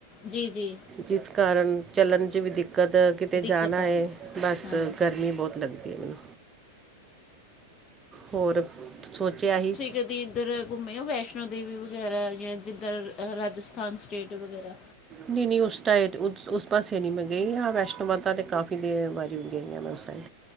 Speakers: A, on the left; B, on the right.
A: ਜੀ-ਜੀ।
B: ਜਿਸ ਕਾਰਨ ਚੱਲਨ ਚ ਵੀ ਦਿੱਕਤ ਕਿਤੇ
A: ਦਿੱਕਤ
B: ਜਾਨਾ
A: ਆਉਂਦੀ
B: ਏ ਬਸ
A: ਹਾਂ
B: ਗਰਮੀ ਬੋਤ ਲੱਗਦੀ ਐ ਮੈਨੂੰ। ਹੋਰ ਸੋਚੇਆ ਹੀ
A: ਜਦ ਇੱਦਰ ਘੁੰਮੇ ਹੋ ਵੈਸ਼ਨੋ ਦੇਵੀ ਵਗੈਰਾ ਜਾਂ ਜਿੱਦਰ ਰਾਜਸਥਾਨ ਸਟੇਟ ਵਗੈਰਾ
B: ਨਈ-ਨਈ ਉਸ ਟਾਈਟ ਉਸ ਉਸ ਪਾਸੇ ਨੀ ਮੈਂ ਗਈ ਹਾਂ ਵੈਸ਼ਨੋ ਮਾਤਾ ਤੇ ਕਾਫੀ ਦੇਰ ਵਾਰੀ ਗਈ ਆਂ ਮੈਂ ਉਸ ਸਾਈਡ